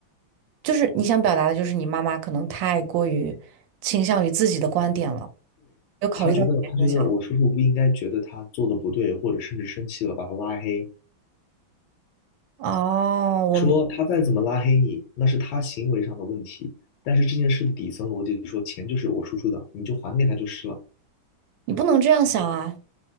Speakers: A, on the right (about 75°); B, on the left (about 80°).
A: 就是你想表达的就是你妈妈可能太过于倾向于自己的观点了，没有考虑到别人的想法。
B: 她觉得，她觉得我叔叔不应该觉得她做的不对，或者甚至生气了把她拉黑，
A: 哦，我明，
B: 说他再怎么拉黑你，那是他行为上的问题。但是这件事的底层逻辑是说，钱就是我叔叔的，你就还给他就是了。
A: 你不能这样想啊。